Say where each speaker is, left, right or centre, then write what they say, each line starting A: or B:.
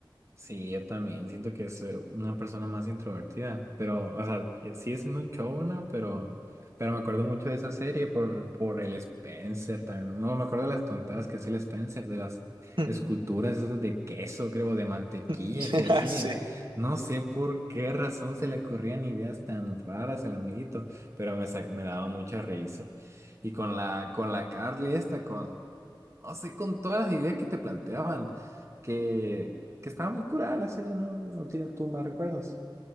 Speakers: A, on the right (about 35°); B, on the right (about 75°).
A: Sí, yo también siento que es eh, una persona más introvertida, pero, o sea, eh, sigue siendo un showna, pero, pero me acuerdo mucho de esa serie por, por el Spencer también. No, me acuerdo de las tontadas que hace el Spencer, de las
B: Mm.
A: esculturas esas de queso, creo, de mantequilla
B: <laughs>
A: que hacía.
B: Sí.
A: No sé por qué razón se le ocurrían ideas tan raras al amiguito, pero me, sa- me daba mucha risa. Y con la, con la Carly esta, con, no sé, con todas las ideas que te planteaban. que que estaba muy curada la serie, no, no tienes tú más recuerdos.